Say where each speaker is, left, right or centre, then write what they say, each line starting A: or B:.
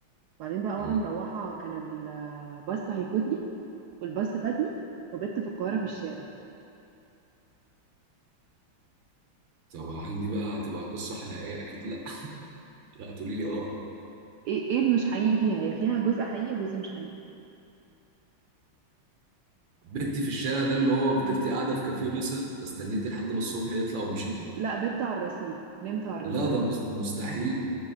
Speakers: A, on the right; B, on the right.
A: بعدين بقى
B: تمام
A: وانا مروحة كان الباص هيفوتني والباص فاتني وبت في القاهرة في الشارع
B: طب هل دي بقى هتبقى قصه حقيقيه اكيد لا <laughs> لا تقولي لي اه
A: ايه ايه اللي مش حقيقي فيها هي فيها جزء حقيقي وجزء مش حقيقي
B: بنتي في الشارع ده اللي هو فضلت قاعده في كافيه مثلا فاستنيتي لحد ما الصبح يطلع ومشيتي
A: لا بت على الرصيف نمت على الرصيف
B: لا ده مست- مستحيل